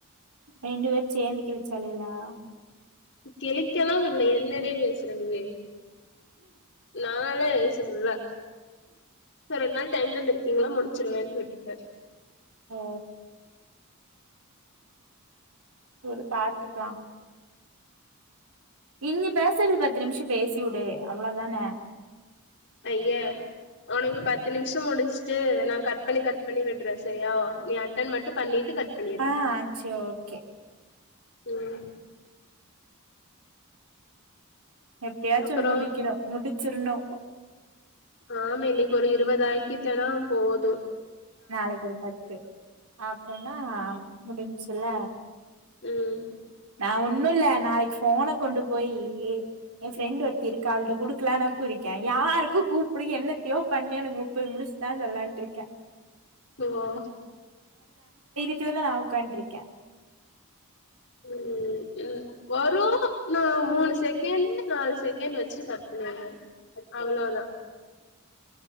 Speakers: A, on the right; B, on the left.
A: ரெண்டு பேர் சேந்து கிழி சாளுகலா
B: கிளிக்கல்லா இல்ல என்னடி பேசுற நீயி நான்லா சொல்ல ரெண்டு நாள் டைம் தந்திருக்கீங்களா முடிச்சிருவேன்னு விட்டுட்டே
A: ஓ விடு பாத்துக்லா இங்ங பேஸ்றது பத்து நிம்ஷோ பேசி விடே அவ்ளோதான
B: ஐய்ய ஒனக்கு பத்து நிம்ஷோ முடுச்ட்டு நா கட் பண்ணி கட் பண்ணி விட்றே செரியா நீ அட்டன் மட்டூ பண்ணிட்டு கட் பண்ணிரு
A: ஆ செரி ஒகே
B: ம்
A: எப்டியாச்சு
B: அப்புறோ
A: முடிக்ணூ முடி சிருணோ
B: ஆம இன்னைகு ஒரு இருவதாகிடனா போதூ
A: நாளைகொரு பத்து அப்பனா முடுஞ்ச் இல்ல
B: ம்
A: நா ஒன்னூ இல்ல நாளைக் ஃபோன கொண்டு போயி ஏ ஃப்ரெண்ட் ஒருத்தி இருகா அவள்ட குடுக்லானா குடுக்கே யாருகூ கூப்டு என்னத்யோ பண்ணு எனக்கு முப்பது முடுஸ்டா சொல்லான்ட்டு இருக்கே
B: ஓஓ
A: இதுதா நா உட்காண்ருகே
B: ம் ம் வரூ நா மூணு செகேண்ட் நாலு செகேண்ட் வச்சுட் கட் பண்ணிடுவ அவ்ளோ தா